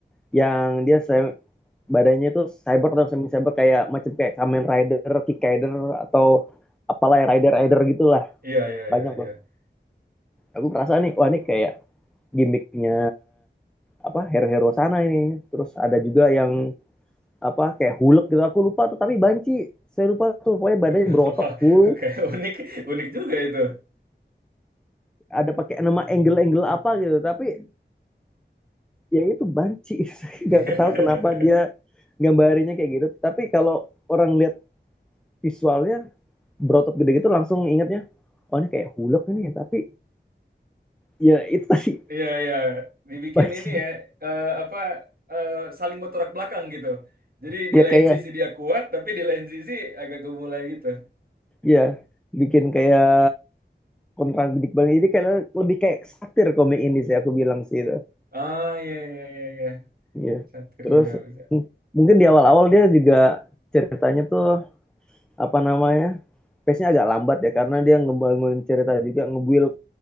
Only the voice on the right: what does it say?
Iya, iya,
iya, iya.
<laughs>
Wah,
kayak unik, unik juga itu.
<laughs>
Iya, iya. Dibikin
ini ya, eh, apa eh, saling bertolak belakang gitu. Jadi
di lain
sisi dia kuat, tapi di lain sisi agak gemulai gitu.
Ah, iya, iya, iya, iya.
Satir
dia. bisa.